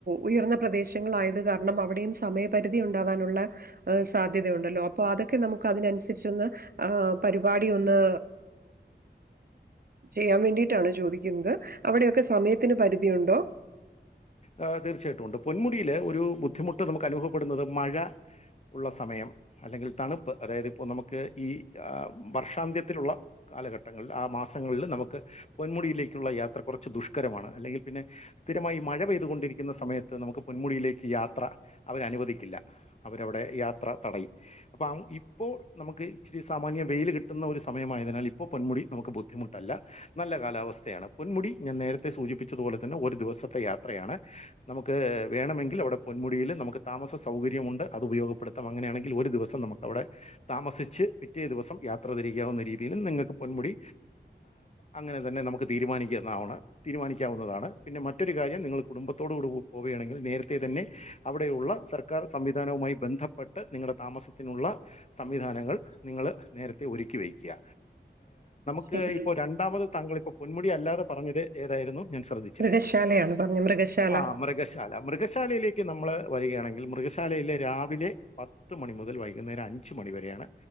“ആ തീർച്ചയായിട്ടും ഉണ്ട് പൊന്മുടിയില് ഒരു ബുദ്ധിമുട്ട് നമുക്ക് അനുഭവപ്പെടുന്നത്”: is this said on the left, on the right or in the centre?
Left